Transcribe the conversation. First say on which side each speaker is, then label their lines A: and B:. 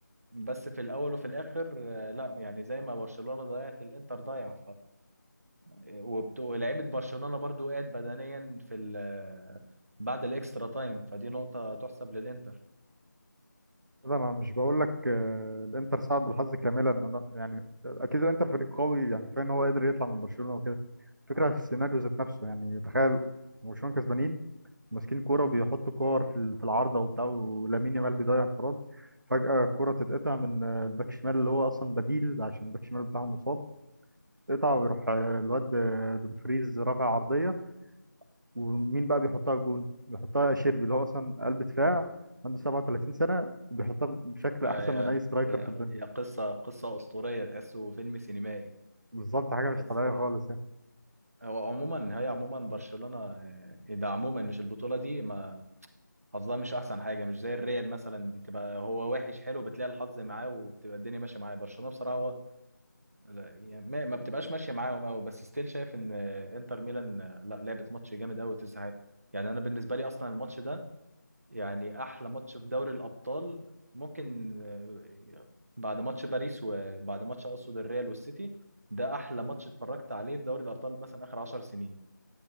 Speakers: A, on the right (about 50°); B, on the right (about 70°).
A: بس في الأول وفي الآخر آه، لا يعني زي ما برشلونة ضيعت الإنتر ضيع وبت- ولعيبه برشلونه برضو وقعت بدنيا في ال بعد الاكسترا تايم فدي نقطه تحسب للانتر
B: ده انا مش بقول لك آه، الانتر صعد بالحظ كاملا ان انا يعني اكيد الانتر فريق قوي يعني كفايه ان هو قدر يطلع من برشلونه وكده فكره في السيناريو ذات نفسه يعني تخيل برشلونه كسبانين ماسكين كوره وبيحطوا كور في ال- في العارضه وبتاع ولامين يامال بيضيع انفراد فجاه الكوره تتقطع من آه، الباك الشمال اللي هو اصلا بديل عشان الباك الشمال بتاعهم مصاب تتقطع ويروح آه، الواد آه، دومفريز رافع عرضيه ومين بقى بيحطها جون بيحطها شيربي اللي هو اصلا قلب دفاع عنده 37 سنة وبيحطها بشكل
A: آه
B: احسن من اي سترايكر
A: يا
B: في الدنيا
A: هي قصه قصه اسطوريه تحسه فيلم سينمائي
B: بالظبط حاجة مش
A: بس
B: طبيعية خالص يعني
A: هو عموما هي عموما برشلونه آه، ده عموما مش البطوله دي ما حظها مش احسن حاجه مش زي الريال مثلا دي تبقى هو وحش حلو بتلاقي الحظ معاه وبتبقى الدنيا ماشيه معاه برشلونه بصراحه هو لا يعني ما, ما بتبقاش ماشيه معاهم قوي بس ستيل شايف ان انتر ميلان لا لعبت ماتش جامد قوي وتسعة يعني انا بالنسبه لي اصلا الماتش ده يعني احلى ماتش في دوري الابطال ممكن آه، بعد ماتش باريس وبعد ماتش اقصد الريال والسيتي ده احلى ماتش اتفرجت عليه في دوري الابطال مثلا اخر 10 سنين